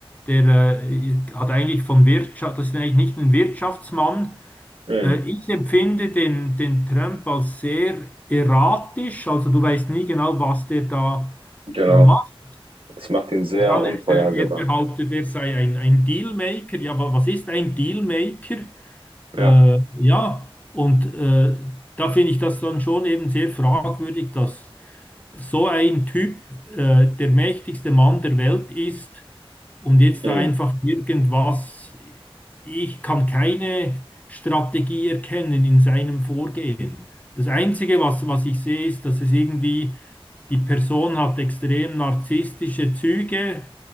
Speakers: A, on the left; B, on the right.
A: der äh, hat eigentlich von Wirtschaft, das ist eigentlich nicht ein Wirtschaftsmann,
B: Hm,
A: äh, Ich empfinde den, den Trump als sehr erratisch, also du weißt nie genau, was der da
B: genau.
A: äh, macht.
B: Es macht ihn sehr
A: Dann,
B: unvorhersehbar.
A: äh, er behauptet, er sei ein, ein Dealmaker. Ja, wa- was ist ein Dealmaker?
B: Ja,
A: Äh, ja, und äh, da finde ich das dann schon eben sehr fragwürdig, dass so ein Typ, äh, der mächtigste Mann der Welt ist und jetzt
B: hm,
A: da einfach irgendwas, ich kann keine Strategie erkennen in seinem Vorgehen. Das Einzige, was, was ich sehe, ist, dass es irgendwie, die Person hat extrem narzisstische Züge,